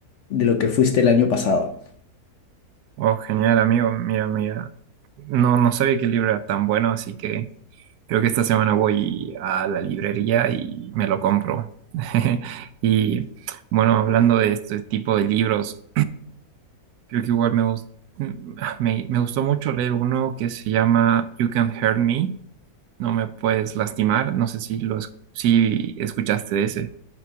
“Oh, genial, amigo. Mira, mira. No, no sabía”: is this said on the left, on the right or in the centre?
Right